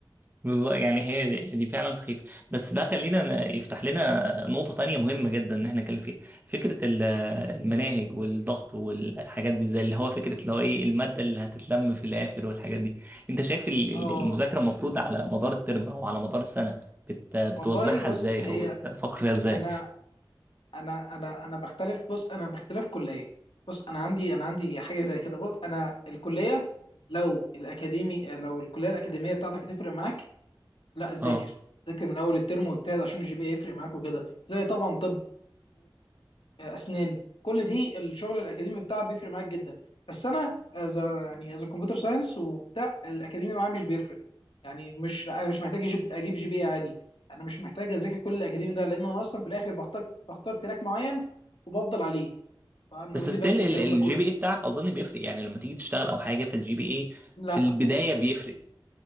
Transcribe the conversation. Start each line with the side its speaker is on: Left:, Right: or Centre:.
Right: بالظبط يعني هي دي دي فعلا سخيفة بس ده خلينا ن- يفتح لنا نقطة تانية مهمة جدا إن احنا نتكلم فيها فكرة ال- المناهج والضغط والحاجات دي زي اللي هو فكرة اللي هو إيه المادة اللي هتتلم في الآخر والحاجات دي أنت شايف ال- ال-
Left: اه
Right: المذاكرة المفروض على مدار الترم أو على مدار السنة بت- بتوزعها
Left: والله بص
Right: إزاي
Left: هي
Right: أو بتفكر فيها إزاي؟
Left: انا انا انا انا بختلف بص انا باختلاف كليه بص انا عندي انا عندي حاجه زي كده بص انا الكليه لو الاكاديمي لو الكليه الاكاديميه بتاعتك هتفرق معاك لا ذاكر
Right: اه
Left: ذاكر من اول الترم واجتهد عشان الجي بي يفرق معاك وكده زي طبعا طب اسنان كل دي الشغل الاكاديمي بتاعها بيفرق معاك جدا بس انا از يعني از كمبيوتر ساينس وبتاع الاكاديمي معايا مش بيفرق يعني مش انا مش محتاج اجيب اجيب جي بي إيه عالي انا مش محتاج اذاكر كل الاكاديمي ده لان انا اصلا في الاخر بختار بختار تراك معين وبفضل عليه فانا
Right: بس
Left: اوريدي
Right: ستيل
Left: بنسى الكلام
Right: الجي
Left: ده كله
Right: بي اي بتاعك اظن بيفرق يعني لما تيجي تشتغل او حاجه فالجي بي اي
Left: لا
Right: في البدايه بيفرق